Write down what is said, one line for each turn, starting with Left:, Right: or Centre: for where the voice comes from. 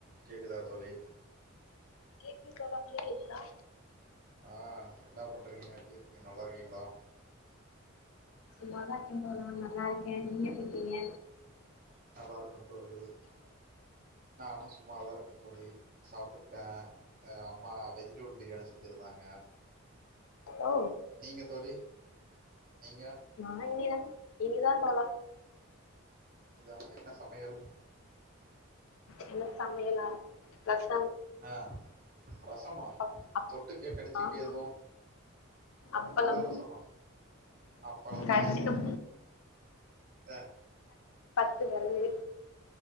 Right: கேக்குதா தோழி
Left: கேக்குது தோழா உங்களுக்கு கேக்குதா
Right: ஆ என்ன பண்ணுறீங்க எப்டி இருக்கீங்க நல்லா இருக்கீங்களா
Left: சும்மா தா இருக்கேன் தோழா நல்லாயிருக்கேன் நீங்க எப்டியிருக்கீங்க
Right: நல்லா இருக்கேன் தோழி நானும் சும்மாதா இருக் தொழி சாப்பிட்டே அ அம்மா வெஜிடெபிள் பிரியாணி செஞ்சிருந்தாங்க
Left: ஓ
Right: நீங்க தோழி நீங்க
Left: நா இனிதாங் இனிதா தோழா
Right: இனிதானா என்ன சமையல்
Left: என்ன சமையலா ரஸ்
Right: ஆ ரசமா
Left: அப் அப்
Right: தொட்டுக்க கடுச்சுக்கெ
Left: ஆமா
Right: எதுவு
Left: அப்பளம்
Right: வெறு ரசமா அப்பளமா
Left: கடிச்சிக்க
Right: அ
Left: து வெரலு